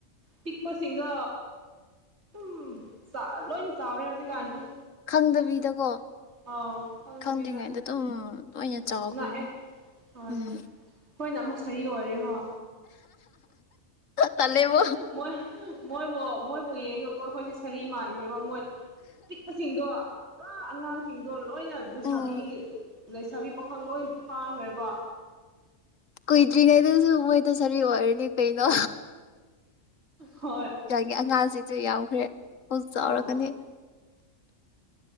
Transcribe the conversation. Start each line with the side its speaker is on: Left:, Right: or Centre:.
Right: ꯄꯤꯛꯄꯁꯤꯡꯗꯣ ꯑꯗꯨꯝ ꯂꯣꯏꯅ ꯆꯥꯎꯔꯦ ꯍꯧꯖꯤꯛꯀꯥꯟꯁꯦ
Left: ꯈꯪꯗꯕꯤꯗꯀꯣ
Right: ꯑꯥ ꯈꯪꯗꯕꯤꯗ
Left: ꯈꯪꯗ꯭ꯔꯤꯉꯩꯗ ꯑꯗꯨꯝ ꯂꯣꯏꯅ
Right: ꯎꯝ
Left: ꯆꯥꯎꯈ꯭ꯔꯦꯕ
Right: ꯂꯥꯛꯑꯦ ꯍꯣꯏ
Left: ꯎꯝ
Right: ꯍꯣꯏꯅ ꯑꯃꯨꯛ ꯁꯥꯔꯤ ꯑꯣꯏꯔꯦ ꯍꯣꯏ
Left: ꯇꯜꯂꯦꯕꯣ
Right: ꯃꯣꯏ ꯃꯣꯏ ꯃꯣꯏ ꯊ ꯌꯦꯡꯉꯀꯣ ꯑꯩꯈꯣꯏꯁꯦ ꯁꯔꯤ ꯃꯥꯟꯈ꯭ꯔꯦꯕ ꯃꯣꯏ ꯄꯤꯛꯄ ꯆꯁꯤꯡꯗꯣ ꯄꯨꯔꯥ ꯑꯉꯥꯡꯁꯤꯡꯗꯣ ꯂꯣꯏꯅ ꯂꯩꯁꯥꯕꯤ
Left: ꯎꯝ
Right: ꯂꯩꯁꯥꯕꯤ ꯄꯥꯈꯪ ꯂꯣꯏ ꯐꯥꯈ꯭ꯔꯦꯕ
Left: ꯀꯨꯏꯗ꯭ꯔꯤꯉꯩꯗꯨꯁꯨ ꯃꯣꯏꯗ ꯁꯔꯤ ꯑꯣꯏꯔꯅꯤ ꯀꯩꯅꯣ
Right: ꯍꯣꯏ
Left: ꯑꯉꯥꯡꯁꯤꯁꯨ ꯌꯥꯎꯈ꯭ꯔꯦ ꯍꯧ ꯆꯥꯎꯔꯛꯀꯅꯤ
Right: ꯑꯥ